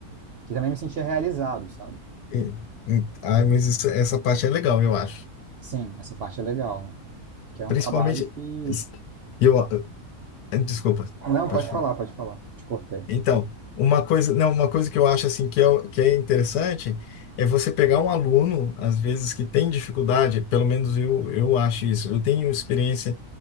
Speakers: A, on the right; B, on the left.
A: que também me sentia realizado, sabe?
B: E- e- Ah, mas isso- essa parte é legal, eu acho.
A: Sim, essa parte é legal, né? Que é um
B: Principalmente...
A: trabalho que.
B: Eu... Desculpa.
A: Não, pode
B: Pode falar.
A: falar, pode falar. Te cortei.
B: Então, uma coisa, não, uma coisa que eu acho assim que é, o- que é interessante é você pegar um aluno, às vezes, que tem dificuldade, pelo menos eu, eu acho isso. Eu tenho experiência